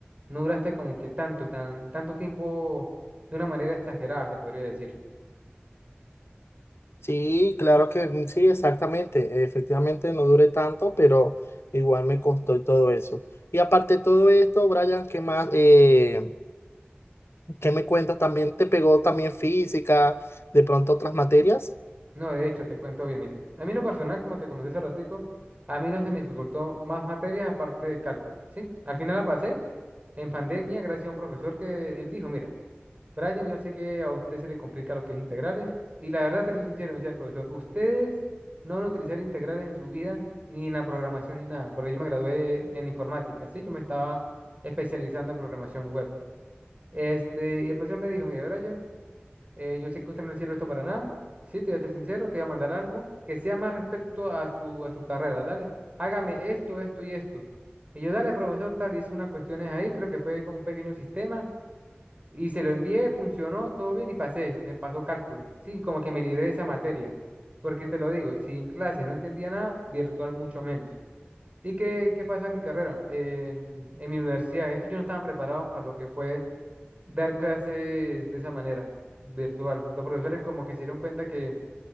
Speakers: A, on the right; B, on the left.
A: No duraste como que tanto, tan, tanto tiempo de una manera exagerada, se podría decir.
B: Sí, claro que mm, sí, exactamente, efectivamente no duré tanto, pero igual me costó y todo eso. Y aparte de todo esto, Brian, ¿qué más? Eh, ¿Qué me cuentas? ¿También te pegó también física, de pronto otras materias?
A: No, de hecho, te cuento bien, mire. A mí en lo personal, como te comenté hace ratico, a mí no se me dificultó más materias aparte de cálculo, ¿sí? Al final la pasé en pandemia gracias a un profesor que él dijo, mira, Brian, yo sé que a usted se le complica lo que es integrales y la verdad te soy sincero, me dice el profesor, ustedes no van a utilizar integrales en su vida, ni en la programación, ni nada, porque yo me gradué en informática, ¿sí? Yo me estaba especializando en programación web. Este, y el profesor me dijo, mire, Brian, eh, yo sé que usted no le sirve esto para nada, sí, te voy a ser sincero, te voy a mandar algo que sea más respecto a su, a su carrera, dale, hágame esto, esto y esto. Y yo, dale, profesor, tal, hice unas cuestiones ahí, creo que fue como un pequeño sistema y se lo envié, funcionó, todo bien y pasé, me pasó cálculo. Sí, como que me libré de esa materia. Porque te lo digo, si en clase no entendía nada, virtual mucho menos. ¿Y qué, qué pasa en mi carrera? En, en mi universidad, es que yo no estaban preparados para lo que fue dar clases de esa manera, virtual. Los profesores como que se dieron cuenta que